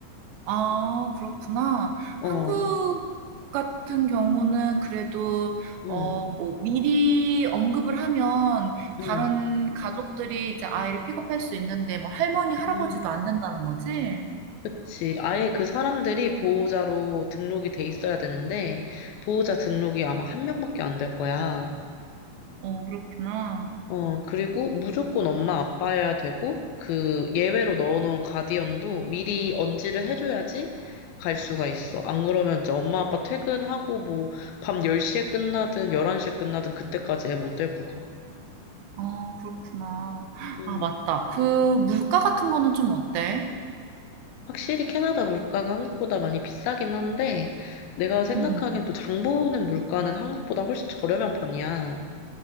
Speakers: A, on the right; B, on the left.
A: 아, 그렇구나.
B: 어,
A: 한국 같은 경우는 그래도
B: 음,
A: 어, 뭐 미리 언급을 하면 다른
B: 음,
A: 가족들이 이제 아이를 픽업할 수 있는데 뭐 할머니, 할아버지도
B: 음.
A: 안 된다는 거지?
B: 그치. 아예 그 사람들이 보호자로 등록이 돼 있어야 되는데 보호자 등록이 아마 한 명밖에 안 될 거야.
A: 어, 그렇구나.
B: 어, 그리고 무조건 엄마 아빠여야 되고, 그 예외로 넣어놓은 가디언도 미리 언지를 해줘야지 갈 수가 있어. 안 그러면 이제 엄마 아빠 퇴근하고 뭐 밤 10시에 끝나든 11시에 끝나든 그때까지 애 못 데리고 가.
A: 아, 그렇구나.
B: 음.
A: 아, 맞다. 그 물가
B: 음.
A: 같은 거는 좀 어때?
B: 확실히 캐나다 물가가 한국보다 많이 비싸긴 한데, 내가 생각하기엔
A: 음.
B: 또 장 보는 물가는 한국보다 훨씬 저렴한 편이야.